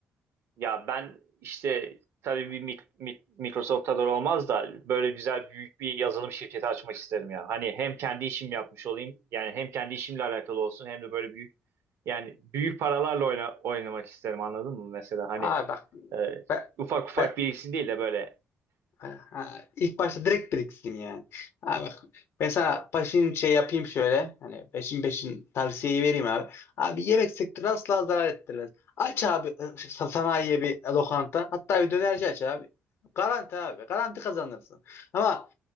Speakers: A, on the right; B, on the left.
A: ya ben işte tabii bir Mik- Mik- Microsoft kadar olmaz da böyle güzel büyük bir yazılım şirketi açmak isterim ya. Hani hem kendi işim yapmış olayım yani hem kendi işimle alakalı olsun hem de böyle büyük yani büyük paralarla oyna, oynamak isterim anladın mı mesela hani
B: Aa bak
A: e,
B: ben,
A: ufak ufak
B: ben
A: biriksin değil de böyle
B: ha, ilk başta direkt biriksin yani. Aa bak ben sana peşin şey yapayım şöyle hani peşin peşin tavsiyeyi vereyim abi. Abi yemek sektörü asla zarar ettirmez. Aç abi ıı, sa- sanayiye bir lokanta hatta bir dönerci aç abi. Garanti abi garanti kazanırsın. Ama